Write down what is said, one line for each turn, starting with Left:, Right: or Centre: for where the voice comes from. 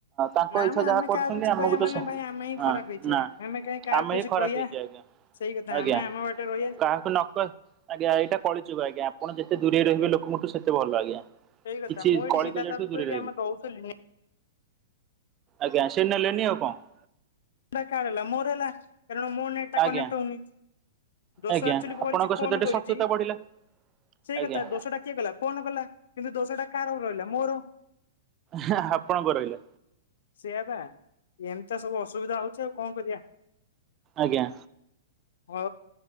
Right: ତାଙ୍କ
Left: ନା
Right: ଇଚ୍ଛା
Left: ମ ଆମେ
Right: ଯାହା କରୁଛନ୍ତି
Left: କାହାକୁ କିଛି
Right: ଆମକୁ
Left: କହିବା
Right: ତ
Left: ମାନେ
Right: ସ
Left: ଭାଇ ଆମେ ହିଁ
Right: ନା
Left: ଖରାପ ହେଇଯିବା
Right: ନା
Left: ଆମେ କାହିଁ କାହାକୁ
Right: ଆମେ
Left: କିଛି
Right: ହିଁ ଖରାପ
Left: କହିବା
Right: ହେଇଯିବା
Left: ସେଇ କଥା
Right: ଆଜ୍ଞା।
Left: ଆମେ
Right: ଆଜ୍ଞା
Left: ଆମ ବାଟେ ରହିବା
Right: କାହାକୁ ନକହି ଆଜ୍ଞା ଏଇଟା କଳିଯୁଗ ଆଜ୍ଞା। ଆପଣ ଯେତେ ଦୂରେଇ ରହିବ ଲୋକଙ୍କ ଠୁ ସେତେ ଭଲ ଆଜ୍ଞା।
Left: ସେଇ କଥା
Right: କିଛି
Left: ମୁଁ ଏଇଠି
Right: କଳି
Left: ସିଦ୍ଧାର୍ଥ
Right: କଜିଆଠୁ
Left: ବାବୁକୁ
Right: ଦୂରେଇ
Left: ଏଇଠି
Right: ରହିବ।
Left: ଆମେ ଦଉଥିଲି ନେଟ୍
Right: ଆଜ୍ଞା ସେ ନେଲେନି ଆଉ କଣ?
Left: <unintelligible> କାହାର ହେଲା ମୋର ହେଲା, କାରଣ ମୋ ନେଟ ଟା
Right: ଆଜ୍ଞା।
Left: କନେକ୍ଟ ହଉନି। ଦୋଷ
Right: ଆଜ୍ଞା
Left: ଆଚୁୱାଲି
Right: ଆପଣଙ୍କ
Left: ଭରିଛି ଫୋନ୍
Right: ସହିତ ଟିକେ
Left: କରିଛି।
Right: ଶତ୍ରୁତା ବଢିଲା
Left: ସେଇ
Right: ଆଜ୍ଞା
Left: କଥା ଦୋଷଟା କିଏ କଲା ଫୋନ କଲା କିନ୍ତୁ ଦୋଷଟା କାହାର ଆଉ ରହିଲା ମୋର।
Right: ହାଁ ଆପଣଙ୍କ ରହିଲା।
Left: ସେୟା ବା ଏନ୍ତା ସବୁ ଅସୁବିଧା ହଉଛି ଆଉ କଣ କରିବା।
Right: ଆଜ୍ଞା।
Left: ହଉ